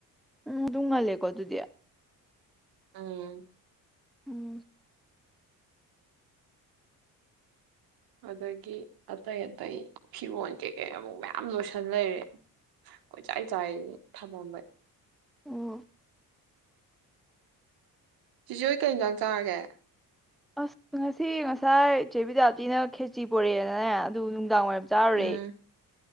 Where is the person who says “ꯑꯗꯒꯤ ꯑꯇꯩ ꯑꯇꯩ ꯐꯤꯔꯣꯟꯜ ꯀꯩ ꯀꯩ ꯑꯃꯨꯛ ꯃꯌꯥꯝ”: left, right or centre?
Right